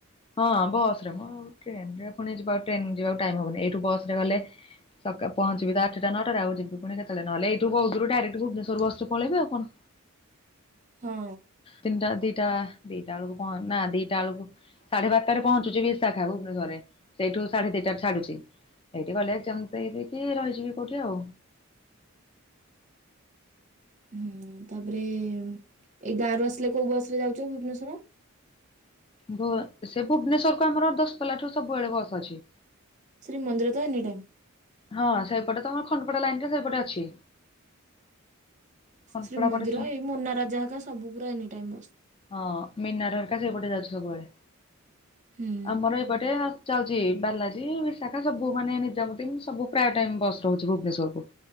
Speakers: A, on the left; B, on the right.
A: ହଁ ବସ ରେ ମୁଁ ଟ୍ରେନ ରେ ପୁଣି ଯିବା ଟ୍ରେନ ଯିବାକୁ ଟାଇମ ହବନି ଏଇଠୁ ବସ ରେ ଗଲେ ସକା ପହଞ୍ଚିବି ତ ଆଠଟା ନଅଟାରେ ଆଉ ଯିବି ପୁଣି କେତେଳେ ନହେଲେ ଏଇଠୁ ବହୁଦୂରୁ ଡାଇରେକ୍ଟ ଭୁବନେଶ୍ୱର ବସ୍ ରୁ ପଳେଇବି ଆଉ କଣ।
B: ହଁ।
A: ତିନଟା ଦିଟା ଦିଟା ବେଳକୁ କହ ନା ଦିଟା ବେଳକୁ ସାଢେ ବାରଟାରେ ପହଞ୍ଚୁଛି ବିଶାଖା ଭୁବନେଶ୍ୱରରେ ସେଇଠୁ ସାଢେ ଦିଟ ଛାଡୁଛି। ଏଇଠି ଗଲେ ଯେମିତି ହେ ଦେଇକି ରହିଯିବି କୋଉଠି ଆଉ।
B: ହୁଁ ତାପରେ ଏଇ ଗାଁ ରୁ ଆସିଲେ କୋଉ ବସ୍ ରେ ଯାଉଛ ଭୁବନେଶ୍ଵର?
A: ଭୁବ ସେ ଭୁବନେଶ୍ଵର କୁ ଆମର ଦଶପଲା ଠୁ ସବୁବେଳେ ବସ ଅଛି।
B: ଶ୍ରୀ ମନ୍ଦିର ତ ଏନି ଟାଇମ୍।
A: ହଁ ସେଇପଟେ ତମର ଖଣ୍ଡପଟା ଲାଇନ ରେ ସେଇପଟେ ଅଛି। ଖଣ୍ଡପଡା
B: ଶ୍ରୀମନ୍ଦିର
A: ପଟେ
B: ଏଇ ମୋନା ରାଜା ହଙ୍କା ସବୁ ପୁରା ଏନି ଟାଇମ ବସ।
A: ହଁ ମିନାର ହରିକା ସେପଟେ ଯାଉଛି ସବୁବେଳେ
B: ହୁଁ
A: ଆମର ଏଇପ ଗଟେ ଯାଉଛି ବାଲାଜୀ ବିଶାଖା ସବୁ ମାନେ ନିଜାମତି ସବୁ ପ୍ରାୟ ଟାଇମ ବସ୍ ରହୁଛି ଭୁବନେଶ୍ଵର କୁ।